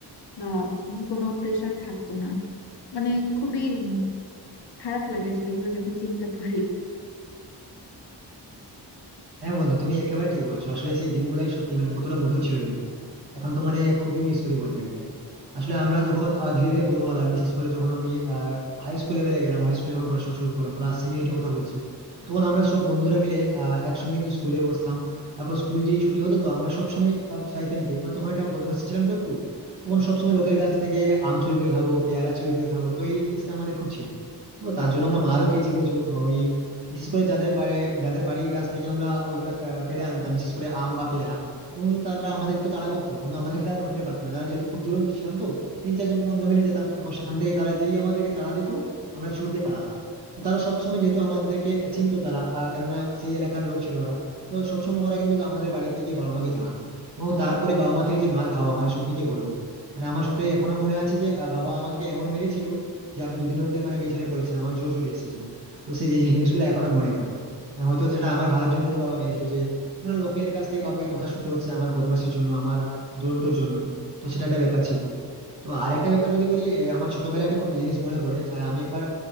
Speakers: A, on the left; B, on the right.
A: বা উম কোনো প্রেশার থাকতো না মানে খুবই উম খারাপ লাগে আসলে এগুলো যখন চিন্তা করি
B: হ্যাঁ বন্ধু তুমি একেবারে ঠিক বলছো আসলে সেই দিনগুলাই সত্যি মানে কতটা মধুর ছিল দিনগুলা এখন তো মানে খুবই মিস করি বলতে গেলে আসলে আমরা যখন আহ, ধীরে ধীরে বড় হলাম বিশেষ করে যখন আমি হাই স্কুল লেভেলে গেলাম হাই স্কুলে যখন পড়াশোনা শুরু করলাম ক্লাস সেভেন এইটের কথা বলছি তখন আমরা সব বন্ধুরা মিলে আহ, একসঙ্গে কিন্তু স্কুলে বসতাম তারপর স্কুল যেই ছুটি হতো তো আমরা সব সময় চাইতাম কি মানে তখন একটা বদমাশ ছিলাম তো একটু তখন সবসময় লোকের কাছ থেকে আম চুরি করে খাবো পেয়ারা চুরি করে খাবো তো এই জিনিসটা আমাদের খুব ছিল তো তার জন্য আমরা মারও খেয়েছি প্রচুর ওই বিশেষ করে যাদের বাড়ি যাদের বাড়ির গাছ থেকে আমরা ওইগুলা পে- পেড়ে আনতাম বিশেষ করে আম বা পেয়ারা তো তারা আমাদের তো তাড়া করতো কিন্তু আমাদের তারা ধরতে পারতো না কারণ যেহেতু খুব দুরন্ত ছিলাম তো তিন চারজন বন্ধু মিলে যেতাম এবং সেখান থেকে তারা যেই আমাদেরকে তাড়া দিত আমরা ছুট দিয়ে পালাতাম তো তারা সবসময় যেহেতু আমাদেরকে চিনতো তারা আহ, কেননা সেই এলাকার লোক ছিল ওরা তো সবসময় ওরা কিন্তু আমাদের বাড়িতে গিয়ে বাবা মাকে জানাতো এবং তারপরে বাবা মা থেকে যে মার খাওয়া মানে সত্যি কি বলবো মানে আমার সত্যি এখনো মনে আছে যে আহ, বাবা আমাকে এমন মেরেছিল যে আমি দুদিন অবধি মানে বিছানায় পড়েছিলাম আমার জ্বর চলে এসেছিল তো সেই যে জিনিসগুলো এখনো মনে পড়ে মানে হয়তো সেটা আমার ভালোর জন্য তো বাবা মেরেছিল যে না, লোকের কাছ থেকে বাবাকে কথা শুনতে হচ্ছে আমার বদমাশির জন্য আমার দুরন্তর জন্য তো সেটা একটা ব্যাপার ছিল তো আরেকটা ব্যাপার যদি বলি আহ, আমার ছোটবেলায় একটা খুব জিনিস মনে পড়ে আহ, আমি একবার